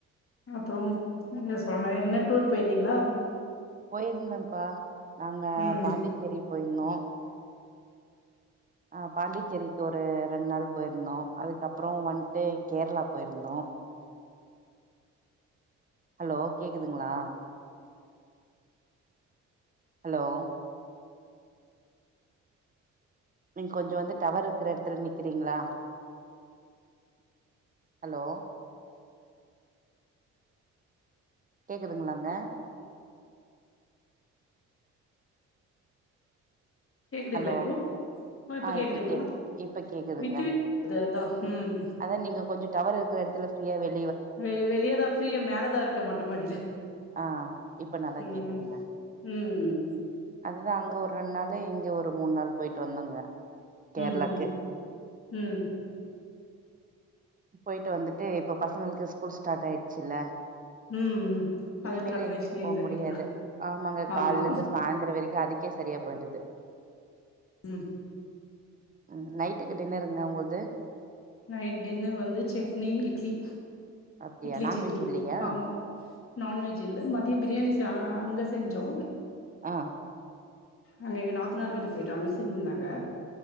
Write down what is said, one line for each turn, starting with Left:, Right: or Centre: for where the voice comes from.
Left: அப்புறோ என்ன சொன்ன என்ன டூர் போயிந்தீங்ளா
Right: போயிருந்தம்ப்பா நாங்க
Left: ம்
Right: பாண்டிச்சேரி போயிந்தோ ஆ பாண்டிச்சேரிக்கு ஒரு ரெண் நாள் போயிருந்தோ அதுக்கப்புறோ வண்ட்டு கேரளா போயிருந்தோ ஹலோ கேக்குதுங்களா ஹலோ நீங் கொஞ்சொ வந்து டவர்ருக்குற எடத்துல நிக்கிறீங்ளா ஹலோ கேக்குதுங்ளாங்க
Left: கேக்குதுங்ளா
Right: ஹலோ
Left: இப்போ ஒ இப்போ
Right: ஆ
Left: கேக்குதுங்ளா
Right: இப்ப கே இப்ப கேக்குதுங்க
Left: விட்டு விட் து அதா ம்
Right: அதா நீங்க கொஞ்சொ டவர்இருக்குற எடத்துல ப்ரியா வெள்
Left: வெ வெளியதா ஃப்ரீயா மேலதா இருக்கே மொட்ட மாடில
Right: ஆ இப்ப நல்லா
Left: ம்
Right: கேக்குதுங்க
Left: ம் ம்
Right: ரங்க ஒர் ரெண்நாளெ இங்க ஒரு மூணு நாள் போயிட்டு வந்தோங்க கேரளாக்கு
Left: ம் ம் ம்
Right: போயிட்டு வந்துட்டு இப்ப பசங்கள்க்கு ஸ்கூல் ஸ்டார்ட் ஆயிட்ச்சுல்ல
Left: ம்
Right: இனிமேல்
Left: அது ப்ரப்பரேஷனே
Right: எங்யு போ
Left: சரியில்ல
Right: முடியாது ஆமாங்க கால்லெந்து
Left: ஆமா
Right: சாய்ந்துரெ வரைக்கு அதுக்கே சரியா போயிடுது
Left: ம்
Right: ம் நைட்டுக்கு டின்னருங்க உங்கள்
Left: நைட் டின்னர் வந்து செட்னி இட்லி
Right: அப்டியா
Left: இட்லி
Right: நான்வெஜ்
Left: சட்னி
Right: இல்லையா
Left: ஆமா நான்வெஜ் இல்ல மதியம் பிரியாணி ச ஆ அங்க செஞ்சோ
Right: ஆ
Left: அங்க எங்க நாத்தனார் வீட்டுக் போயிட்டோ அங்க செஞ்சுந்தாங்க